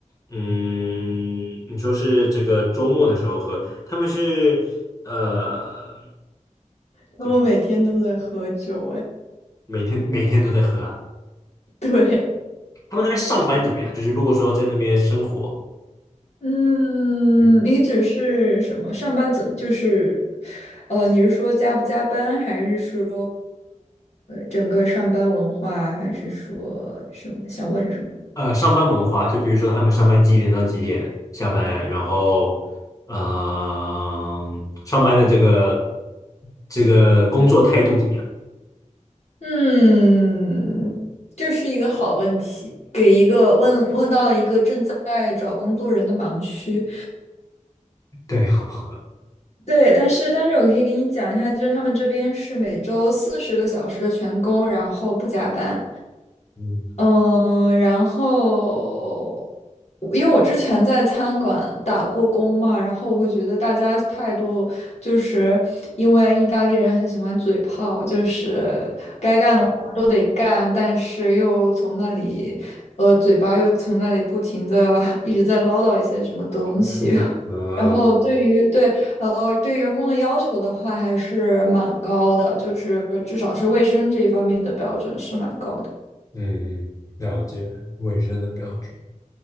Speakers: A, on the left; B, on the left.
A: 嗯，你说是这个周末的时候喝，他们是呃，
B: 他们每天都在喝酒，
A: 怎么
B: 哎，
A: 每天每天都在喝啊？
B: 对。
A: 他们那边上班怎么样？就是如果说在那边生活，
B: 嗯，
A: 嗯
B: 你只是什么？上班怎就是，呃，你是说加不加班，还是说整个上班文化，还是说什么？想问什么？
A: 呃，上班文化，就比如说他们上班几点到几点下班，然后，呃，上班的这个这个工作态度怎么样？
B: 嗯，这是一个好问题，给一个问问到了一个正在找工作人的盲区。
A: 对，好，
B: 对，但是但是我可以给你讲一下，就是他们这边是每周四十个小时的全工，然后不加班。
A: 嗯，
B: 嗯，然后因为我之前在餐馆打过工嘛，然后我会觉得大家态度就是因为意大利人很喜欢嘴炮，就是该干的活儿都得干，但是又从那里，呃，嘴巴又从那里不停的 <laughs> 一直在唠叨一些什么东西。
A: 书，
B: <laughs>
A: 嗯
B: 然后对于对呃对员工的要求的话，还是蛮高的，就是至少是卫生这一方面的标准是蛮高的。
A: 嗯，了解，卫生的标准，